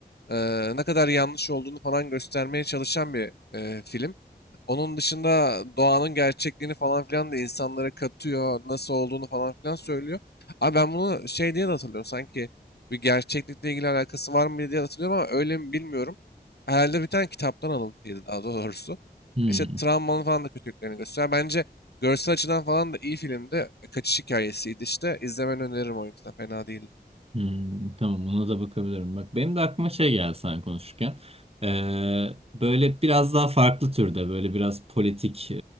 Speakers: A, on the left (about 75°); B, on the right (about 35°).
A: eee, ne kadar yanlış olduğunu falan göstermeye çalışan bir eee, film. Onun dışında doğanın gerçekliğini falan filan da insanlara katıyor, nasıl olduğunu falan filan söylüyor. Abi ben bunu şey diye de hatırlıyorum sanki bir gerçeklikle ilgili alakası var mı diye hatırlıyorum ama öyle mi bilmiyorum. Herhalde bir tane kitaptan alıntıydı daha doğrusu.
B: Hmm.
A: İşte travmanın falan da kötülüklerini gösteriyor. Bence görsel açıdan falan da iyi filmdi. Kaçış hikayesiydi işte. İzlemeni öneririm o yüzden. Fena değildi.
B: Hmm, tamam ona da bakabilirim. Bak benim de aklıma şey geldi sen konuşurken. Ee, böyle biraz daha farklı türde böyle biraz politik e,